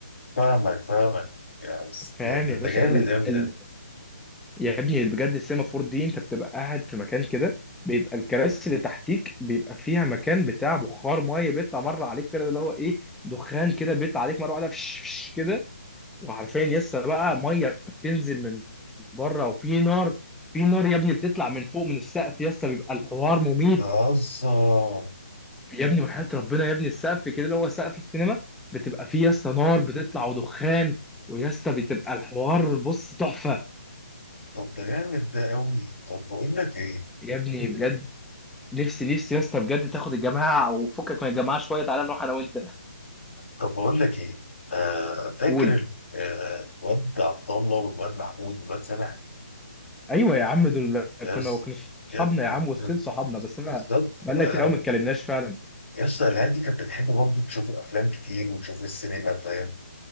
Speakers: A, on the left; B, in the centre.
A: فاهمك فاهمك يا بس
B: فاهم
A: ده, ده
B: يا
A: ده
B: باشا
A: جامد
B: ال
A: قوي
B: ال
A: ده
B: يا ابني بجد السيمافور دي انت بتبقى قاعد في مكان كده بيبقى الكراسي اللي تحتيك بيبقى فيها مكان بتاع بخار ميه بيطلع مره عليك كده اللي هو ايه دخان كده بيطلع عليك مره واحده فش فش كده وعارفين يسا بقى ميه بتنزل من بره وفي نار في نار يا ابني بتطلع من فوق من السقف يسا بيبقى الحوار مميت
A: بتهزر
B: يا ابني يا وحياة ربنا يا ابني السقف كده اللي هو سقف السينما بتبقى فيه يسا نار بتطلع ودخان ويسا بتبقى الحوار بص تحفه
A: طب ده جامد ده قوي طب بقول لك ايه
B: يا ابني بجد نفسي نفسي يا اسطى بجد تاخد الجماعه او فكك من الجماعه شويه تعالى نروح انا وانت
A: طب بقول لك ايه آه فاكر
B: قول
A: ال- آه، الواد عبد الله والواد محمود والواد سامح
B: ايوه يا عم دول
A: يس
B: كنا كنا صحابنا
A: يا- ب-
B: يا عم وستيل
A: ب-
B: صحابنا بس انا
A: بالظبط
B: بقالنا
A: آه،
B: كتير قوي ما اتكلمناش فعلا
A: يس العيال دي كانت بتحب برضه تشوف الافلام كتير وتشوف السينما فاهم